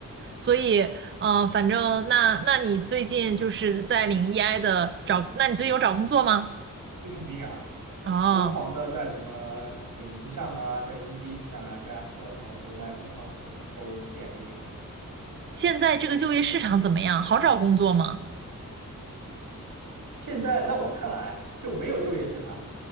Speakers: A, on the right (about 35°); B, on the right (about 85°).
A: 所以，嗯、呃，反正那那你最近就是在领 EI 的找，那你最近有找工作吗？
B: 那肯定啊，
A: 哦，
B: 疯狂的在什么领英上啊，在 Indeed 上啊，Glassdoor 上，我都在疯狂投投简历啊。
A: 现在这个就业市场怎么样？好找工作吗？
B: 现在在我看来，就没有就业市场，